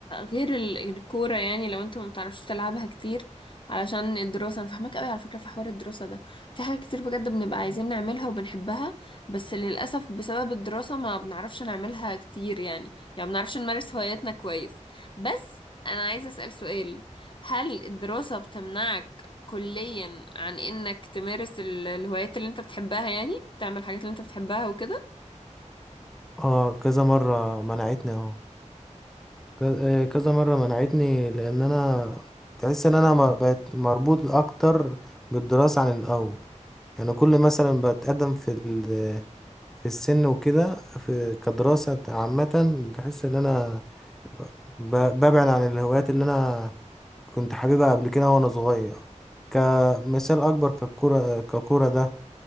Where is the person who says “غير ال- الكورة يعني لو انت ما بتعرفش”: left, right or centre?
Left